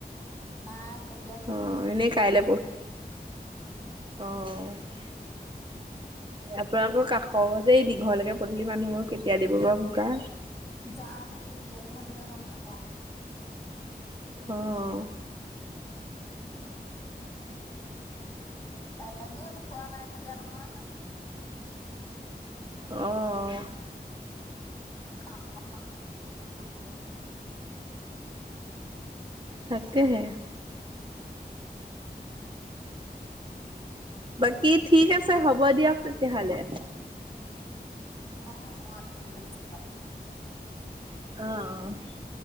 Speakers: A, on the left; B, on the right.
A: নাই কঠীয়াত
B: অৱ এনেই কাইলৈ পখিলে, অৱ আপোনালোকৰ কাষৰ যে এই দীঘৰলৈকে পদূলি মানুহ কেতিয়া দিব বাৰু বোকা
A: জানো কেতিয়া দিয়ে সেইবিলাক গম নাপাওঁ।
B: অঁ <inaudible>
A: ভাল <unintelligible> এনেই একো কোৱা নাই যে মই <unintelligible>
B: অ-অ <unintelligible>
A: <unintelligible>
B: তাকেহে। <inaudible> বাকী ঠিক আছে, হ'ব দিয়ক তেতিয়াহলে। <inaudible>
A: অঁ-অঁ, ঠিক আছে বাৰু। <unintelligible>
B: অঁ-অঁ! <unintelligible>